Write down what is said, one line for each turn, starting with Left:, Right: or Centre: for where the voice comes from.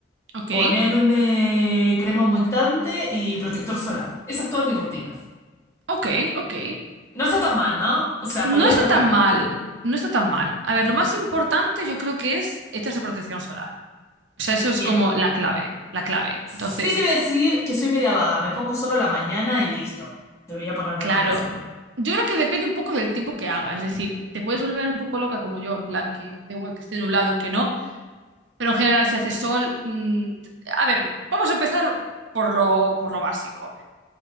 Right: ok,
Left: Ponerme crema humectante y protector solar. Esa es toda mi rutina.
Right: ok, ok.
Left: No está tan mal, ¿no? O sea,
Right: No
Left: podría
Right: está
Left: estar peor.
Right: tan mal, no está tan mal. A ver, lo más importante yo creo que es echarse protección solar. O sea, eso es
Left: Bien.
Right: como la clave, la clave.
Left: Sí
Right: Entonces,
Left: te voy a decir que soy media vaga. Me pongo solo a la mañana y listo. Debería ponerme
Right: claro,
Left: más veces, ¿no?
Right: yo creo que depende un poco del tiempo que haga. Es decir, te puedes volver un poco loca como yo, en plan que da igual que esté nublado que no. Pero en general, si hace sol. mm, a ver, vamos a empezar por lo, por lo básico.